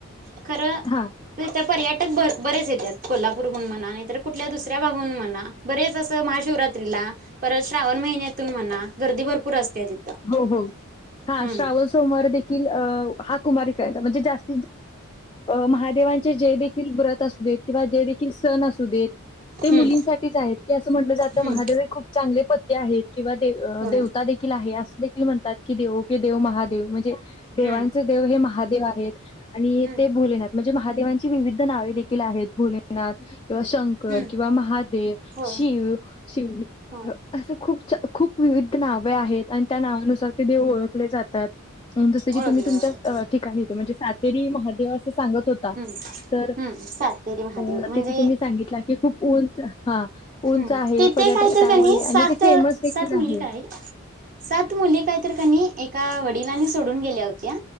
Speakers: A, on the right; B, on the left.
A: खरं
B: हा
A: त्याच्या पर्यटक बरेच येतात कोल्हापूरहून म्हणा नाही तरर कुठल्या दुसऱ्या भागाहून म्हणा बरेच अस. महाशिवरात्रीला परत श्रावण महिन्यातून म्हणा गर्दी भरपूर असते तिथं.
B: हो हो. हा
A: हम्म
B: श्रावण सोमवार देखील हा कुमारीका म्हणजे जास्त महादेवांचे जे देेखील व्रत असू देत किंवा जे देखील सण असू देत. ते मुलींसाठीच
A: हम्म
B: आहेत की अस. अस म्हटलं जातं.
A: हम्म
B: महादेव हे खूप चांगले पती आहेत किंवा दे
A: होय
B: देवता देखील आहे असं. देखील म्हणतात की देवो की देव महादेव म्हणजे देवांचे
A: हम्म
B: देव हे महादेव आहेत आणि
A: हम्म
B: ते भोलेनाथ म्हणजे महादेवांची विविध नावे देखील आहेत, भोलेनाथ, किंवा शंकर,
A: हम्म
B: किंवा महादेव.
A: होय
B: शिव, शिव
A: होय
B: असं खूप, खूप विविध नावे आहेत. आणि त्या नावानुसार ते देव ओळखले जातात. जसं की,
A: ओळखले
B: तुम्ही तुमच्याच
A: जातात
B: ठिकाणी येत म्हणजे सातेरी महादेव असं सांगत होता.
A: हम्म
B: तर
A: हम्म सातेरी महादेव
B: अ
A: म्हणजे
B: तिथे तुम्ही सांगितला की खूप उंच हा.
A: हम्म
B: उंच आहे
A: तिथे
B: पर्यटक
A: काय तर
B: त्यामुळे
A: कनी
B: आणि
A: सात,
B: ते फेमस देखील
A: सात मुली
B: आहे.
A: का आई. सात मुली काय तर कनी ऐक एका वडिलांनी सोडून गेल्या होत्या,